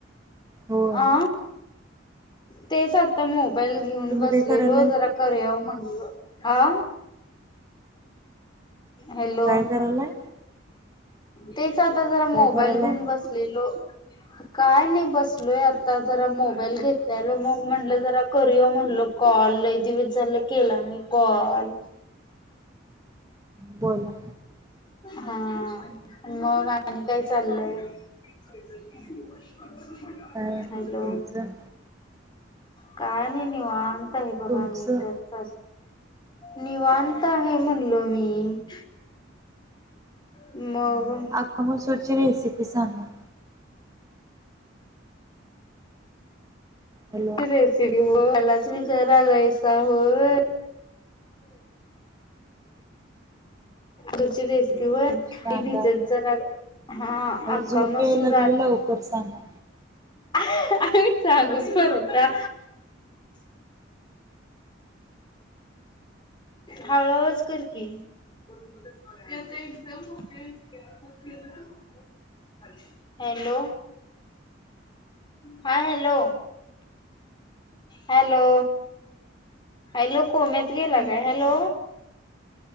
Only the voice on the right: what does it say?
होय.
तुम्ही
काय करायलाय?
काय करायलाय?
काय
करायलाय?
बोला.
काय नाही.
तुमचं?
तुमचं?
हा हा. अख्खा मसूर ची रेसिपी सांगा. हॅलो.
सांगा
आता.
मला
झोप
याय लागली लवकर सांगा.
हम्म.